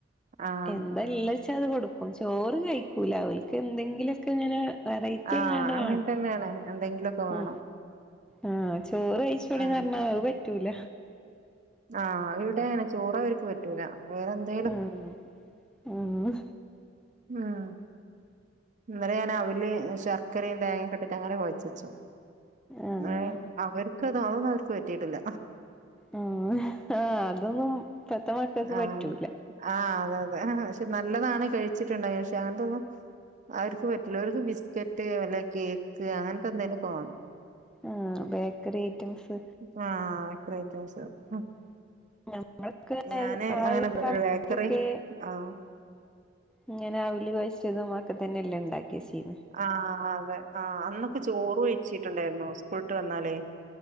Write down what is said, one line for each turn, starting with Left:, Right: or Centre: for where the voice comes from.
Right: ആഹ്
Centre: എന്തെല്ലാ വച്ചാ അത് കൊടുക്കും ചോറ് കഴിക്കൂല അവൾക്ക് എന്തെങ്കിലുംഒക്കെ ഇങ്ങനെ വെറൈറ്റി
Right: ആഹ്
Centre: ങ്ങാണ്ട്
Right: അങ്ങനെ
Centre: വേണം
Right: തന്നെയാണ് എന്തെങ്കിലുമൊക്കെ വേണം
Centre: ഉ ആഹ് ചോറ് കഴിച്ചോളന്ന്
Right: ഉം
Centre: പറഞ്ഞാ അത് പറ്റൂല
Right: ആഹ് ഇവിടെ അങ്ങനെ ചോറ് അവർക്ക് പറ്റൂല വേറെ എന്ത്
Centre: ആഹ് ആഹ്
Right: ആഹ് ഇന്നലെ ഞാൻ അവിൽ ശർക്കരയും തേങ്ങയും കെട്ടിട്ട് അങ്ങനെ കൊഴച്ചു വെച്ചു
Centre: ആഹ്
Right: ഏർ അവർക്ക് അതാണൊന്നും അവർക്ക് പറ്റിട്ടില്ല
Centre: ഉ ആ് അതൊന്നും ഇപ്പത്തെ മക്കൾക്ക്
Right: ആഹ്
Centre: പറ്റൂല
Right: ആഹ് അതെ അതെ ആ പക്ഷെ നല്ലതാണ് കഴിച്ച വച്ചിട്ടുണ്ട പക്ഷെ അങ്ങനത്തെന്നും അവർക്ക് പറ്റില്ല അവർക്ക് കെറ്റ് അല്ല കേക്ക് അങ്ങനത്തെ എന്തേങ്കിലും കോണം
Centre: ആ ബേക്കറി ഐറ്റംസ്
Right: <unintelligible>
Centre: ഞമ്മളൊക്കെ
Right: ഞാന്
Centre: ആ
Right: അങ്ങനെ
Centre: ഒരു സമയത്തൊക്കെ
Right: ബേക്കറി ആഹ
Centre: ഇങ്ങനെ അവില് കോയച്ചതും അഹഒക്കെ തന്നെല്ല ഇണ്ടാക്കി കിസിനി
Right: ആഹ അതെ ആഹ് അന്നൊക്കെ ചോറ് വേഴിച്ചിട്ടുണ്ടായിരുന്നു സ്കൂളിട്ട് വന്നാലേ